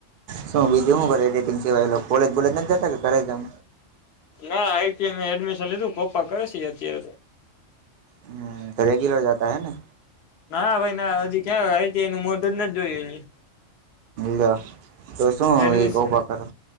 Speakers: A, on the right; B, on the left.
A: શું બીજું હું કરે એડિટિંગ સિવાય એ લોક? કોલેજ બોલેજ નથ જતા કે ઘરે જ આમ?
B: ના આઈ ટીમાં એડમિશન લીધું, કોપા કરે સે ઈ અત્યારે તો.
A: હમ્મ, તો રેગ્યુલર જતા હે ને?
B: ના ભાઈ ના હજી ક્યાં આઈ ટી નું મોઢું જ નથ જોયું એને.
A: લ્યો. તો શું
B: એડમિશન
A: ઈ કોપા કરે?